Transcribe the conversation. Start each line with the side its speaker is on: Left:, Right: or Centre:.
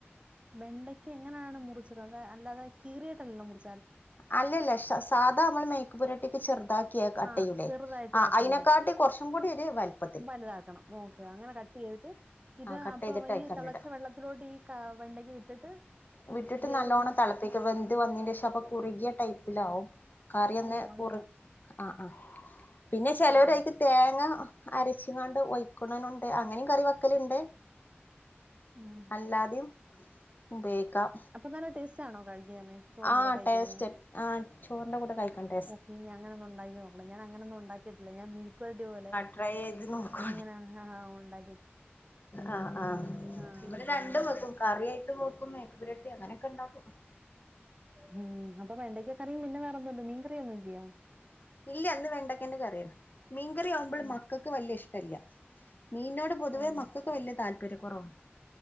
Right: വെണ്ടയ്ക്ക എങ്ങനെയാണ് മുറിച്ചത് അത് അല്ലാതെ കീറിയയിട്ടെല്ലാല്ലോ മുറിച്ച
Left: അല്ലല്ല സാധാ അമ്മള് മേയ്ക്കപ്പുരട്ടേക്ക് ചെർ താക്കിയ കട്ടെയ്യുലേ
Right: ആ ചെറുതായിട്ട്
Left: ആ
Right: കട്ട്
Left: അയ്നെക്കാട്ടി
Right: ചെയ്യുന്നത്
Left: കൊർച്ചും കൂടി ഒരു വലപ്പത്തില്
Right: വലുതാക്കണം ഓക്കെ അങ്ങനെ കട്ട് ചെയ്ത് ട്ട് ഇത്
Left: ആഹ് കട്ട്
Right: അപ്പൊ
Left: ചെയ്തിട്ട് അയിക്കണ്ടിടാ
Right: ഈ തിളച്ച വെള്ളത്തിലോട്ട് ഈ വെണ്ടക ഇട്ടിട്ട്
Left: വിട്ടിട്ട്
Right: വേവ്
Left: നല്ലോണ്ണം
Right: വെ
Left: തൾപ് വെന്ത്‌ വന്നിന്റെ ക്ഷം അപ്പൊ കുറുകിയ ടൈപ്പിലാവും കറി ഒന്ന്
Right: ഓ അങ്ങനെ
Left: കുറിക് ആഹ് ആഹ് പിന്നെ ചെലോരായിക്ക്
Right: ആഹ്
Left: തേങ്ങ അരച്ചി ങ്ങാണ്ട് ഒയ്ക്കുനുണ്ട് അങ്ങനെയും കറി വക്കലുണ്ട്
Right: ഉം
Left: അല്ലാതും ഉപയോഗിക്കാം
Right: അപ്പൊ നല്ല ടസ്റ്റ് ആണോ കഴിക്കാന് ചോറിന്റെ
Left: ആഹ്
Right: കൂടെ കഴിക്കാന്
Left: ടേസ്റ്റ് ആ ചോറിന്റെ കൂടെ കഴിക്കണ്ട
Right: ഓക്കെനി അങ്ങനൊന്ന് ണ്ടാക്കി നോക്കണം ഞാൻ അങ്ങനൊന്നും ഉണ്ടാക്കിട്ടില്ലഞാൻ മിൽക്കൊര്ടി പോലെ
Left: ട്രൈയ്യെയ്ത് നോക്ക്
Right: അങ്ങന ആ ഒണ്ടാ
Left: ആഹ് ആഹ്
Right: ആഹ്
Left: ഇവടെ രണ്ടും വെക്കും കറിയായ്ട്ടും വെക്കും മേക്ക്പുരട്ടി ങ്ങനൊക്കെ ണ്ടാക്കും.
Right: ഉം അപ്പൊ വെണ്ടക്ക കറിം പിന്നെ വേറൊന്നുംല്ല മീൻ കറിയൊന്നുംല്ലയോ
Left: ഇല്ല ന്ന് വെണ്ടക്കൻന്റെ കറിയാണ് മീൻകറി ആവുമ്പോഴും
Right: ഉം
Left: മക്കൾക്ക് വല്യ ഇഷ്ടല്ല. മീനോട് പൊതുവെ
Right: ഉം
Left: മക്കക്ക് വല്യ താല്പര്യ കൊറവാ